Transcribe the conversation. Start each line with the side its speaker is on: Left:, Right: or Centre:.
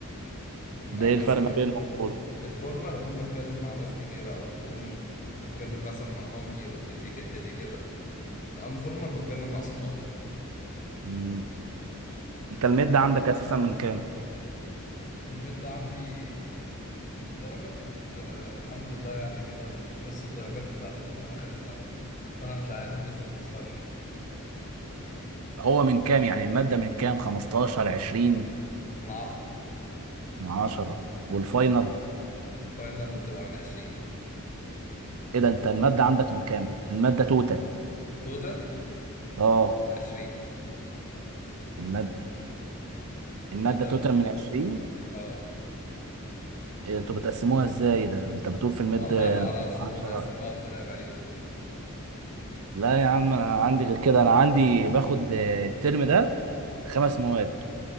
Left: مع
Right: ده ايه
Left: الناس
Right: الفرق
Left: الك...
Right: ما بينه وبين دول
Left: الفورمال اكون بتكلم مع ناس كبيرة او بكون بتكلم مثلا مع مامتي والدتي جدتي كده الان فورمال بتكلم مع صحابي
Right: مم. انت المادة عندك اساسا من كام
Left: المد عندي درجات آه، الحمد لله يعني كده من نص الدرجات بتاعت ال- آخر السنة فأنا مش عارف لسه ما بتظهرش
Right: هو من كام يعني المادة من كام 15 20
Left: من عشرة
Right: من 10 والفاينل
Left: الفاينل بتبقى من عشرين
Right: ايه ده انت المادة عندك من كام المادة توتال
Left: توتال
Right: اه
Left: عشرين
Right: المادة المادة
Left: مادة
Right: توتال من 20
Left: اه
Right: إيه انتوا بتقسموها ازاي ده انت بتقول في المادة
Left: والله ما أعرفش
Right: 10
Left: هما بيقسموها بطريقة غريبة
Right: لا يا عم انا عندي غير كده انا عندي باخد آه، الترم ده خمس مواد